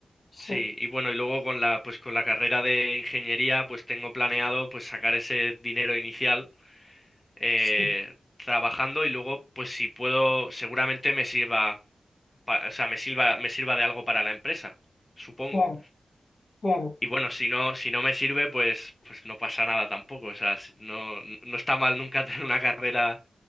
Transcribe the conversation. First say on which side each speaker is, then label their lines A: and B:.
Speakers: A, on the left; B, on the left.
A: Sí,
B: sí, y bueno, y luego con la, pues con la carrera de ingeniería, pues tengo planeado pues sacar ese dinero inicial eh,
A: sí,
B: trabajando y luego, pues si puedo, seguramente me sirva, pa- o sea, me sirva, me sirva de algo para la empresa, supongo.
A: claro, claro,
B: Y bueno, si no, si no me sirve, pues, pues no pasa nada tampoco. O sea, si- no, no está mal nunca <laughs> tener una carrera,